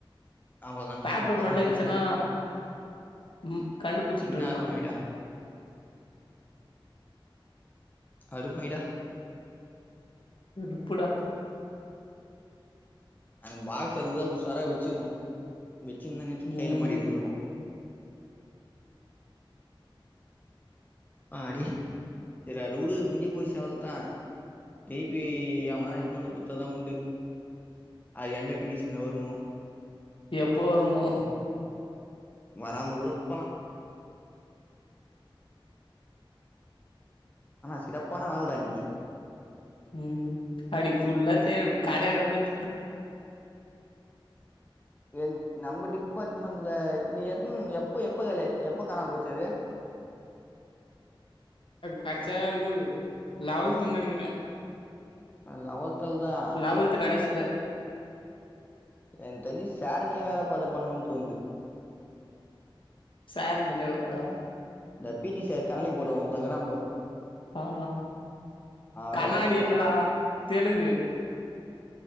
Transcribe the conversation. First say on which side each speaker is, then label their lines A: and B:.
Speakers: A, on the left (about 20°); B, on the left (about 70°).
A: அவ்வளோதான்டா
B: பேப்பர்
A: சூப்பர்ரா
B: மட்டும்
A: இன்னும்
B: இருந்துச்சுன்னா ம் கண்டுபிச்சுட்டு
A: இன்னும்
B: இருக்கலாம்
A: அருமைடா அருமைடா
B: வெறுப்புடா
A: அந்த பாக்ஸ் அதுக்குதான் உசாரா வச்சிருணும் வச்சிருந்தா இன்னாச்சிக்கு
B: ம்
A: கைல மாட்டி இருந்திருக்கும் ஆடி சரி அது வுடு முஞ்சு போச்சு அவ்ல் தா திருப்பி எவனா எதுன்னு வந்து குத்தா தான் உண்டு அது எந்த கண்டிஷன்ல வருமோ
B: எப்போ வருமோ
A: வராம கூட போலாம் ஆனா சிறப்பான நாள் டா இன்னிக்கு
B: ம் நாளைக்கு புல்லா தேடு கடையாண்ட போய்
A: என் நம்ம டிபார்ட்மெண்ட்ல நீ எத்த எப்போ எப்போ காலியா எப்போ காணாம போச்சு அது
B: அது கச்சா இது லெவெல்துன்னு நினைக்கிறேன்
A: அ லவென்த்துல தான்
B: லெவல் த்து கடைசில
A: எனக்கு தெரிஞ்சி சாருங்களே வேலை பார்த்துருப்பானுங்களோன்னு தோண்ந்து
B: சாருங்களே வாடா
A: இந்த பிடி சார் கண்ணாடி போட்டவன் ஒருத்தன் இருக்கிறாம்பாரு
B: ஆ
A: வேல
B: கண்ணாடி
A: பாத்துருப்பா
B: இல்லடா தெலுங்கு